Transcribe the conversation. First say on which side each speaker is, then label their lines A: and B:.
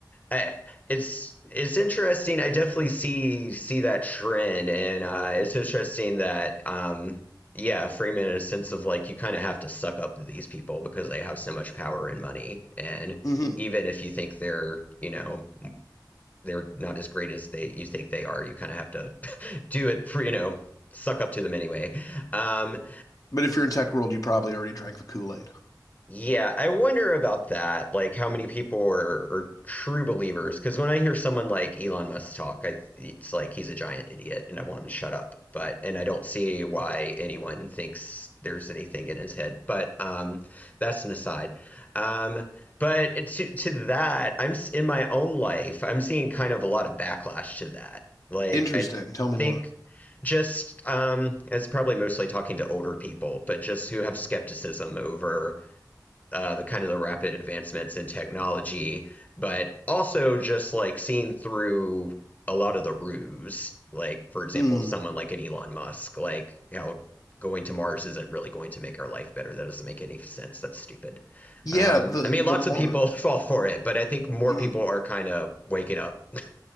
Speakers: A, on the left; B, on the left.
A: I, it's it's interesting. I definitely see see that trend, and uh, it's interesting that um, yeah, Freeman in a sense of like you kind of have to suck up to these people because they have so much power and money, and
B: hmm
A: even if you think they're you know they're not as great as they you think they are, you kind of have to <laughs> do it for you know suck up to them anyway. Um,
B: But if you're in tech world, you probably already drank the Kool Aid.
A: Yeah, I wonder about that. Like, how many people are, are true believers? Because when I hear someone like Elon Musk talk, I, it's like he's a giant idiot, and I want him to shut up. But and I don't see why anyone thinks there's anything in his head. But um, that's an aside. Um, but to to that, I'm s- in my own life, I'm seeing kind of a lot of backlash to that. Like,
B: Interesting.
A: I
B: Tell me
A: think
B: more.
A: just um, it's probably mostly talking to older people, but just who have skepticism over uh, the kind of the rapid advancements in technology, but also just like seeing through a lot of the ruse. Like, for example,
B: Mm.
A: someone like an Elon Musk, like how going to Mars isn't really going to make our life better. That doesn't make any sense. That's stupid.
B: Yeah.
A: Um,
B: The
A: I mean,
B: the
A: lots
B: more
A: of people <laughs> fall for it, but I think more
B: mm.
A: people are kind of waking up. <laughs>